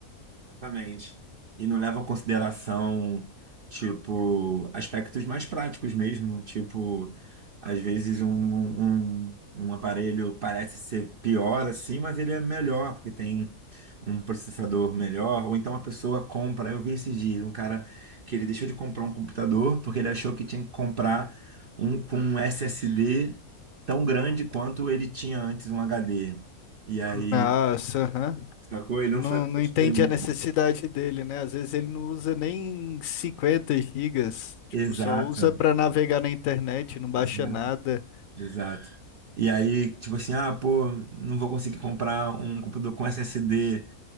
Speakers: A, on the right (about 55°); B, on the left (about 70°).
A: Exatamente. E não leva em consideração, tipo, aspectos mais práticos mesmo. Tipo, às vezes um, um, um aparelho parece ser pior assim, mas ele é melhor, porque tem um processador melhor. Ou então a pessoa compra. Eu vi esses dias um cara que ele deixou de comprar um computador porque ele achou que tinha que comprar um com um SSD tão grande quanto ele tinha antes um HD. E aí,
B: Nossa, aham.
A: sacou? Ele
B: Não,
A: não sabia
B: não
A: a diferença.
B: entende a necessidade dele, né? Às vezes ele não usa nem 50 gigas, tipo,
A: Exato.
B: só usa para navegar na internet, não baixa
A: Exato.
B: nada.
A: Exato. E aí, tipo assim, ah, pô, não vou conseguir comprar um computador com SSD